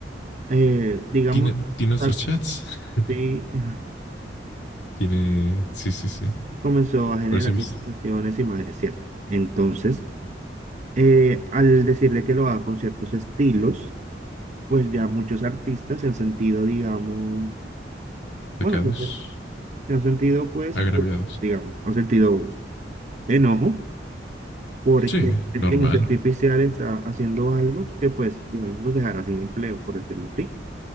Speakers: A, on the right; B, on the left.
A: eh, digamos,
B: Tiene, tiene nuestros
A: ah,
B: chats. <laughs>
A: sí, <laughs>
B: Tiene, sí, sí, sí.
A: comenzó a generar
B: Parece vis-
A: expresiones, imágenes, ¿cierto? Entonces, eh, al decirle que lo haga con ciertos estilos, pues ya muchos artistas se han sentido, digamos,
B: sacados,
A: bueno, se han sen- se han sentido, pues,
B: agraviados.
A: digamos, han sentido enojo porque
B: Sí,
A: la inteligencia
B: normal.
A: artificial está haciendo algo que, pues, digamos, los dejará sin empleo, por decirlo así.